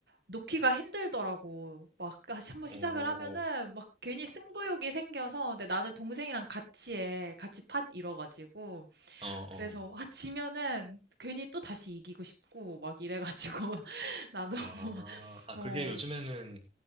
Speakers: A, on the right (about 60°); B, on the right (about 35°).
A: 놓기가 힘들더라고. 막 다시 한번
B: 오,
A: 시작을 하면은 막 괜히 승부욕이 생겨서. 근데 나는 동생이랑 같이 해. 같이 팟 이뤄가지고.
B: 어, 어.
A: 그래서, 아, 지면은 괜히 또 다시 이기고 싶고, 막 이래가지고. 나도
B: 아,
A: <laughs>
B: 아,
A: 어
B: 그게 요즘에는